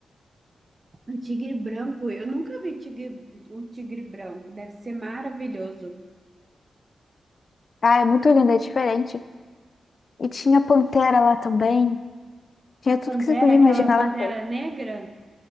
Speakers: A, on the right; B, on the left.
A: O tigre branco, eu nunca vi tigre, o tigre branco, deve ser maravilhoso.
B: Ah, é muito lindo, é diferente. E tinha pantera lá também. Tinha
A: A
B: tudo
A: pantera,
B: que você podia
A: aquela
B: imaginar
A: pantera
B: lá também.
A: negra?